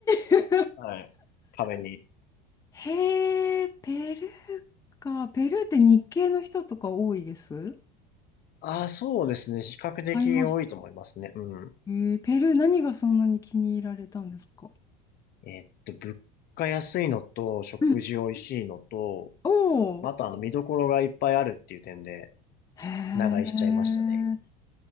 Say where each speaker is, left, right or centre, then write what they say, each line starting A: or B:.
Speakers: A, on the left (about 15°); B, on the left (about 45°).
A: 当に
B: はい。壁に。
A: <laughs> へえ、ペルーか。ペルーって日系の人とか多いです。
B: ああ、そうですね。比較的多いと思いますね。
A: 会いました。
B: うん。
A: えー、ペルー何がそんなに気に入られたんですか
B: えーっと、物価安いのと、食事美味しいのと、
A: うんおお
B: またあの、見どころがいっぱいあるっていう点で、
A: へえ、
B: 長居しちゃいましたね。